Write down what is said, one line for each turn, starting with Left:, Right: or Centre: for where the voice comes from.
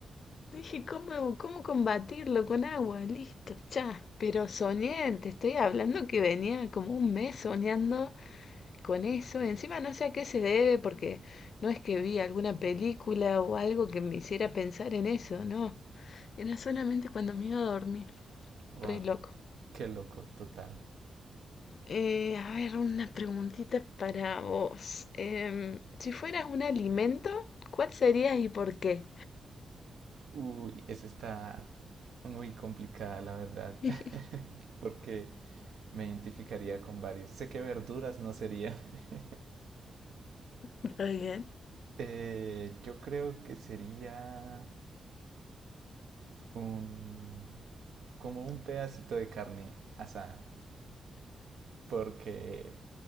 Left: dije, ¿cómo, cómo combatirlo con agua? Listo, ya. Pero soñé, te estoy hablando que venía como un mes soñando con eso. Encima no sé a qué se debe porque no es que vi alguna película o algo que me hiciera pensar en eso, no. Era solamente cuando me iba a dormir.
Right: Wow,
Left: Re loco.
Right: qué loco, total.
Left: Eh, a ver, una preguntita para vos. Em, si fueras un alimento, ¿cuál serías y por qué?
Right: Uy, esa está muy complicada, la verdad.
Left: <laughs>
Right: <laughs> Porque me identificaría con varios. Sé que verduras no sería. <laughs>
Left: Está bien.
Right: Eh, yo creo que sería un, como un pedacito de carne asada. Porque